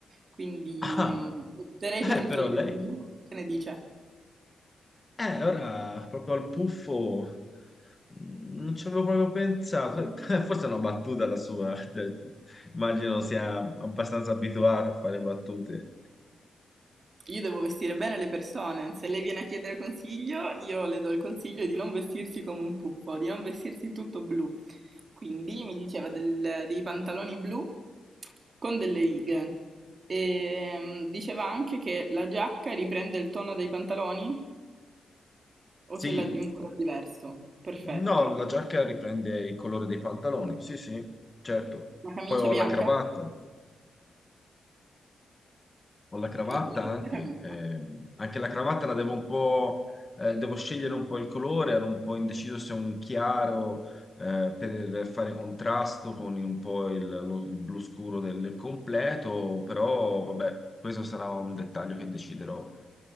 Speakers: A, on the right; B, on the left.
A: Quindi,
B: Ah,
A: mm, opterei
B: eh,
A: per il
B: però
A: togliere
B: lei.
A: il blu, che ne dice?
B: Eh, ora proprio al puffo mh, non ci avevo proprio pensato. <laughs> Forse è una battuta la sua. cioè, immagino sia abbastanza abituata a fare battute.
A: Io devo vestire bene le persone, se lei viene a chiedere consiglio, io le do il consiglio di non vestirsi come un puffo, di non vestirsi tutto blu. Quindi mi diceva del- dei pantaloni blu con delle righe. E mm, diceva anche che la giacca riprende il tono dei pantaloni
B: Sì,
A: o ce l'ha di un colore diverso. Perfetto.
B: no, la giacca riprende il colore dei pantaloni. Sì, sì, certo.
A: La camicia
B: Poi ho
A: bianca,
B: la cravatta. Ho la cravatta
A: il colore
B: anche,
A: della camicia.
B: ehm, anche la cravatta la devo un po', eh, devo scegliere un po' il colore, ero un po' indeciso se un chiaro eh, per fare contrasto con un po' il, lo- il blu scuro del, del completo, però vabbè, questo sarà un dettaglio che deciderò